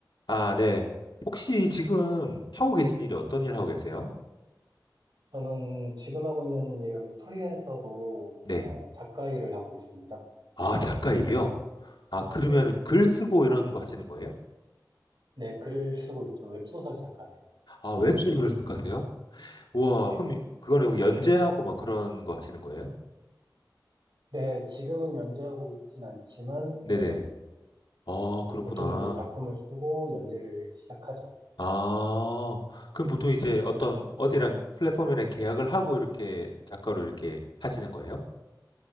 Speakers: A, on the left; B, on the right.
A: 아, 네. 혹시 지금 하고 계신 일이 어떤 일 하고 계세요?
B: 저는 지금 하고 있는 일은 프리랜서로
A: 네.
B: 어, 작가 일을 하고 있습니다.
A: 아, 작가 일이요? 아, 그러면
B: 네.
A: 글 쓰고 이런 거 하시는 거예요?
B: 네, 글을 쓰고 있죠. 웹소설 작가예요.
A: 아, 웹소설 작가세요? 우와,
B: 네.
A: 그럼 이- 그거는 뭐 연재하고 막 그런 거 하시는 거예요?
B: 네, 지금은 연재하고 있진 않지만,
A: 네네.
B: 네.
A: 아, 그렇구나.
B: 보통 이제 작품을 쓰고 연재를 시작하죠.
A: 아, 그럼 보통 이제 어떤 어디랑 플랫폼이랑 계약을 하고 이렇게 작가로 이렇게 하시는 거예요?